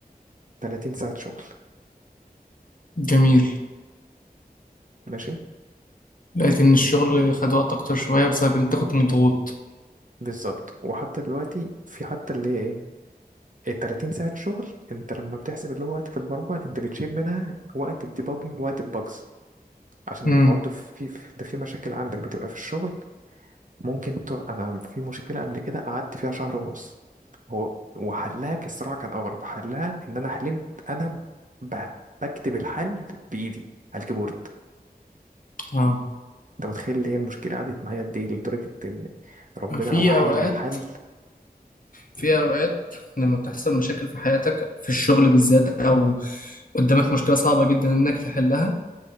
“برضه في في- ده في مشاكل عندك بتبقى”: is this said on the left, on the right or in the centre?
Right